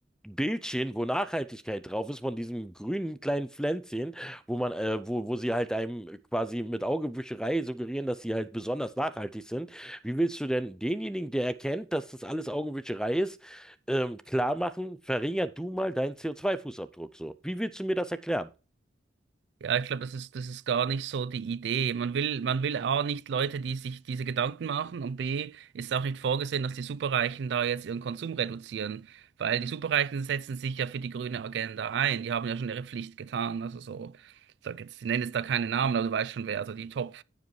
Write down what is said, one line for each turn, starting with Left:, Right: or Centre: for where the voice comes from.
Centre: Bildchen, wo Nachhaltigkeit drauf ist, von diesen grünen kleinen Pflänzchen, wo man, äh, wo, wo sie halt einem quasi mit Augenwischerei suggerieren, dass sie halt besonders nachhaltig sind. Wie willst du denn denjenigen, der erkennt, dass das alles Augenwischerei ist, ähm, klar machen, verringerst du mal deinen CO2-Fußabdruck so? Wie willst du mir das erklären?
Right: Ja, ich glaube, das ist, das ist gar nicht so die Idee. Man will, man will A, nicht Leute, die sich diese Gedanken machen und B, ist auch nicht vorgesehen, dass die Superreichen da jetzt ihren Konsum reduzieren, weil die Superreichen setzen sich ja für die grüne Agenda ein. Die haben ja schon ihre Pflicht getan. Also so, ich sag jetzt, ich nenne jetzt da keine Namen, aber du weißt schon wer, also die Top.